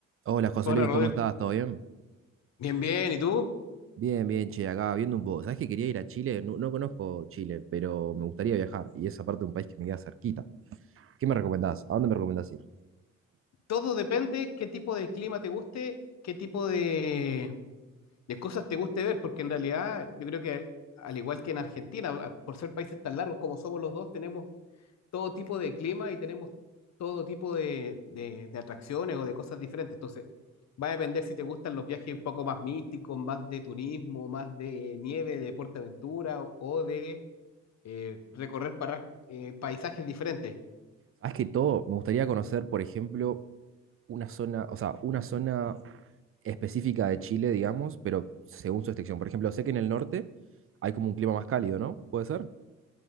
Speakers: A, on the right; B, on the left.
A: Hola José
B: Hola,
A: Luis,
B: Rodrigo.
A: ¿cómo estás? ¿Todo bien?
B: Bien, bien. ¿Y tú?
A: Bien, bien, che, acá viendo un poco. ¿Sabés que quería ir a Chile? No, no conozco Chile, pero me gustaría viajar y esa parte de un país que me queda cerquita. ¿Qué me recomendás? ¿A dónde me recomendás ir?
B: Todo depende qué tipo de clima te guste, qué tipo de, de cosas te guste ver, porque en realidad yo creo que al igual que en Argentina, a- por ser países tan largos como somos los dos, tenemos todo tipo de clima y tenemos todo tipo de, de- de atracciones o de cosas diferentes. Entonces, va a depender si te gustan los viajes un poco más místicos, más de turismo, más de nieve, de PortAventura o, o de eh, recorrer para, eh, paisajes diferentes.
A: Sabés que todo, me gustaría conocer, por ejemplo, una zona, o sea, una zona específica de Chile, digamos, pero según su extensión. Por ejemplo, sé que en el norte hay como un clima más cálido, ¿no? ¿Puede ser?